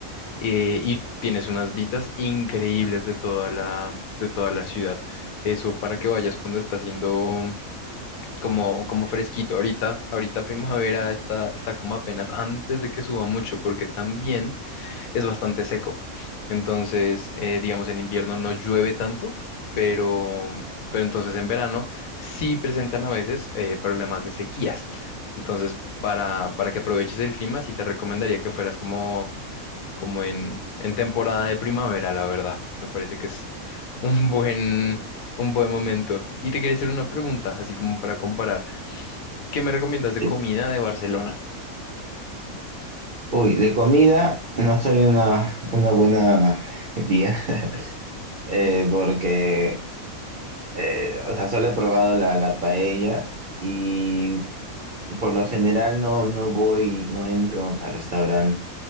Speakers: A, on the left; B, on the right.
A: eh, y tienes unas vistas increíbles de toda la, de toda la ciudad. Eso para que vayas cuando está haciendo como, como fresquito. Ahorita, ahorita primavera está, está como apenas antes de que suba mucho, porque también es bastante seco. Entonces, eh, digamos, en invierno no llueve tanto, pero, pero entonces en verano sí presentan a veces eh, problemas de sequías. Entonces, para, para que aproveches el clima, sí te recomendaría que fueras como, como en, en temporada de primavera, la verdad. Me parece que es un buen, un buen momento. Y te quería hacer una pregunta, así como para comparar. ¿Qué me recomiendas de
B: De-
A: comida de Barcelona?
B: Uy, de comida no soy una, una buena guía, <laughs> eh, porque, eh, o sea, solo he probado la, la paella y por lo general no, no voy, no entro a restaurantes